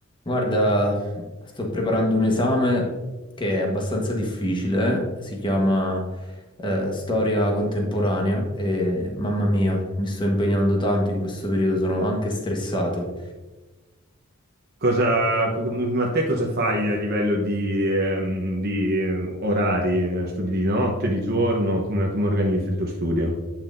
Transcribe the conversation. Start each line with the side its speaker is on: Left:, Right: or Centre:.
Left: Guarda, sto preparando un esame che è abbastanza difficile, si chiama eh, Storia contemporanea e mamma mia, mi sto impegnando tanto in questo periodo, sono anche stressato.
Right: Cosa, co- ma te cosa fai a livello di, ehm, di, eh, orari? Studi di notte, di giorno? Come, come organizzi il tuo studio?